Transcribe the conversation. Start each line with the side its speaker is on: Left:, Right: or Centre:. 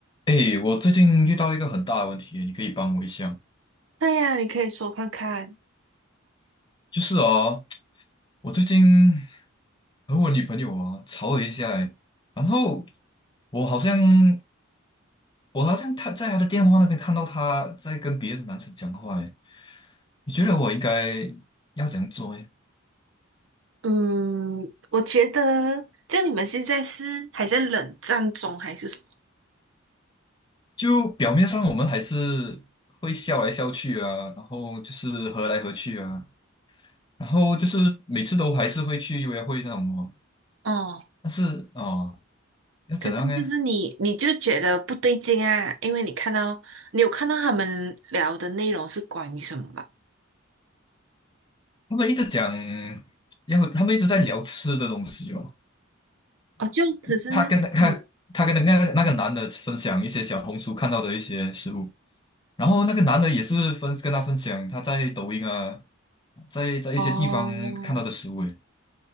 Left: 诶，我最近遇到一个很大的问题，你可以帮我一下。
Right: 对呀，你可以说看看。
Left: 就是啊，我最近和我女朋友啊吵了一下，诶，然后我好像我好像她在她的电话那边看到她在跟别的男生讲话诶，你觉得我应该要怎样做诶？
Right: 嗯，我觉得就你们现在是还在冷战中还是什么？
Left: 就表面上我们还是会笑来笑去啊，然后就是和来和去啊，然后就是每次都还是会去约会那种哦，
Right: 哦，
Left: 但是哦，要怎样呢？
Right: 可是就是你，你就觉得不对劲啊，因为你看到你有看到他们聊的内容是关于什么吧？
Left: 他们一直讲，然后他们一直在聊吃的东西哦。
Right: 哦，就可是嗯，
Left: 他跟他他跟那个那个男的分享一些小红书看到的一些食物，然后那个男的也是分跟他分享他在抖音啊，在在一些地方看到的食物诶。
Right: 哦